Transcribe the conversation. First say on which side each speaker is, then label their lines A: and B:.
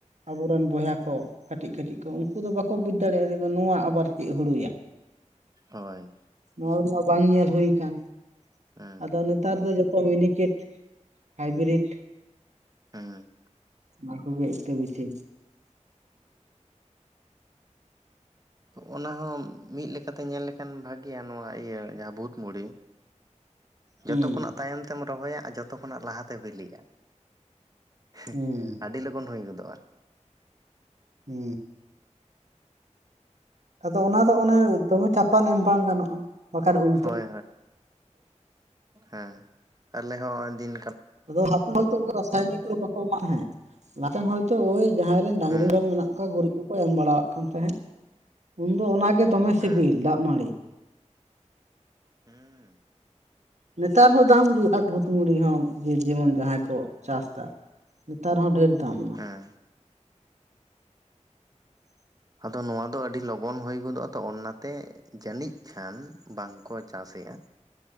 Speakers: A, on the right; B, on the right.
A: ᱟᱵᱚᱨᱮᱱ ᱵᱚᱭᱦᱟ ᱠᱚ ᱠᱟᱹᱴᱤᱡ ᱠᱟᱹᱴᱤᱡ ᱠᱚ ᱩᱱᱠᱩ ᱫᱚ ᱵᱟᱠᱚ ᱵᱩᱡ ᱫᱟᱲᱮᱭᱟᱜᱼᱟ ᱡᱮ ᱱᱚᱣᱟ ᱟᱵᱟᱨ ᱪᱮᱫ ᱦᱩᱲᱩᱭᱟ
B: ᱦᱳᱭ
A: ᱱᱚᱣᱟ ᱠᱚ ᱵᱟᱝ ᱧᱮᱞ ᱦᱩᱭ ᱠᱟᱱ
B: ᱦᱮᱸ
A: ᱟᱫᱚ ᱱᱤᱛ ᱱᱮᱛᱟᱨ ᱫᱚ ᱡᱚᱛᱚ ᱢᱤᱱᱤᱠᱮᱴ ᱦᱟᱭᱵᱤᱨᱤᱴ
B: ᱦᱮᱸ
A: ᱚᱱᱟ ᱠᱚᱜᱮ ᱤᱛᱟᱹ ᱵᱤᱥᱤ
B: ᱚᱱᱟ ᱦᱚᱸ ᱢᱤᱫ ᱞᱮᱠᱟᱛᱮ ᱧᱮᱞ ᱞᱮᱠᱷᱟᱱ ᱵᱷᱟᱸᱜᱤᱭᱟ ᱱᱚᱣᱟ ᱤᱭᱟᱹ ᱡᱟᱦᱟᱸ ᱵᱷᱩᱛᱢᱩᱰᱤ,
A: ᱦᱩᱸ
B: ᱡᱚᱛᱚ ᱠᱷᱚᱱᱟᱜ ᱛᱟᱭᱚᱢ ᱛᱮᱢ ᱨᱚᱦᱚᱭᱟ ᱟᱨ ᱡᱚᱛᱚ ᱠᱷᱚᱱᱟᱜ ᱞᱟᱦᱟᱛᱮ ᱵᱤᱞᱤᱜᱼᱟ ᱾ ᱦᱮᱸᱦ,
A: ᱦᱩᱸ
B: ᱟᱹᱰᱤ ᱞᱚᱜᱚᱱ ᱦᱩᱭ ᱜᱚᱫᱚᱜᱼᱟ
A: ᱦᱩᱹᱻ ᱟᱫᱚ ᱚᱱᱟ ᱫᱚ ᱚᱱᱮ ᱫᱚᱢᱮ ᱪᱟᱯᱟᱱ ᱮᱢ ᱵᱟᱝ ᱜᱟᱱᱚᱜᱼᱟ ᱵᱟᱠᱷᱟᱱ ᱩᱞᱴᱟᱹ
B: ᱦᱚᱭ, ᱦᱮᱸ ᱟᱞᱮᱦᱚᱸ ᱟᱫᱤᱱ
A: ᱟᱫᱚ <inaudible> ᱠᱚ ᱨᱟᱥᱟᱭᱱᱤᱠ ᱵᱟᱠᱚ ᱮᱢᱟᱜ ᱦᱮᱸ ᱾ ᱱᱟᱛᱮᱱ ᱦᱚᱭᱛᱚ ᱡᱟᱦᱟᱸᱭ ᱨᱮᱱ ᱰᱟᱝᱨᱤ
B: ᱦᱮᱸ
A: ᱢᱮᱨᱚᱢ ᱢᱮᱱᱟᱜ ᱠᱚᱣᱟ ᱜᱩᱨᱤᱡ ᱩ ᱠᱚ ᱮᱢ ᱵᱟᱲᱟᱣᱟᱜ ᱠᱟᱱ ᱛᱟᱦᱮᱸᱫ ᱩᱱᱫᱚ ᱚᱱᱟᱜ ᱜᱮ ᱫᱚᱢᱮ ᱥᱤᱵᱤᱞ
B: ᱦᱮᱸ
A: ᱫᱟᱜ ᱢᱟᱹᱰᱤ
B: ᱦᱩᱸᱻ
A: ᱱᱮᱛᱟᱨ ᱦᱚᱸ ᱫᱟᱢ ᱜᱮᱭᱟ ᱵᱷᱩᱛᱢᱩᱰᱤ ᱦᱚᱸ ᱡᱮ ᱡᱮᱢᱚᱱ ᱡᱟᱦᱟᱸᱭ ᱠᱚ ᱪᱟᱥ ᱮᱫᱟ ᱾ ᱱᱮᱛᱟᱨ ᱦᱚᱸ ᱰᱷᱮᱨ ᱫᱟᱢ
B: ᱦᱮᱸᱻ
A: <inaudible>
B: ᱟᱫᱚ ᱱᱚᱣᱟ ᱫᱚ ᱟᱹᱰᱤ ᱞᱚᱜᱚᱱ ᱦᱩᱭ ᱜᱚᱫᱚᱜᱼᱟ ᱛᱚ ᱚᱱᱟᱛᱮ ᱡᱟᱹᱱᱤᱡ ᱠᱷᱟᱱ ᱵᱟᱝ ᱠᱚ ᱪᱟᱥᱮᱫᱼᱟ